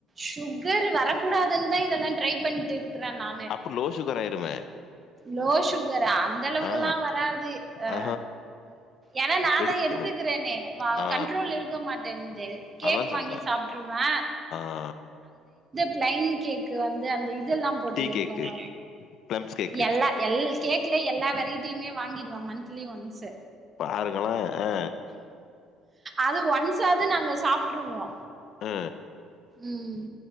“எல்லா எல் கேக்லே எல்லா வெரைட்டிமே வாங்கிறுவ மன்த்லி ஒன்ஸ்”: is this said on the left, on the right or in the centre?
Right